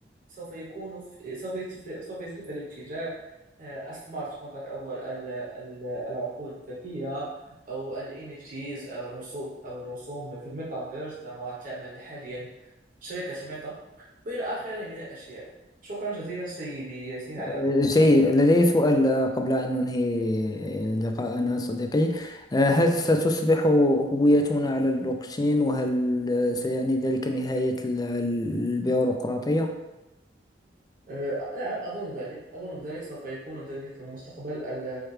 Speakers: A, on the right; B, on the left.
A: سوف يكون في سوف يت- سوف يسير في هذا الاتجاه آه، السمارت كونتراكت أو ال- ال- ال- العقود الذكية أو ال NFTs أو الرسوم أو الرسوم في الميتافيرس كما تعمل حاليا شركة ميتا وإلى آخره من الأشياء شكرا جزيلا سيدي ياسين على
B: آه،
A: وقتك
B: جيد لدي سؤال آه، قبل أن ننهي لقاءنا صديقي آه، هل
A: مم.
B: ستصبح هويتنا على البلوكشين وهل آه، سيعني ذلك نهاية ال- البيروقراطية؟
A: آه، نعم أظن ذلك أظن ذلك سوف يكون ذلك في المستقبل ال-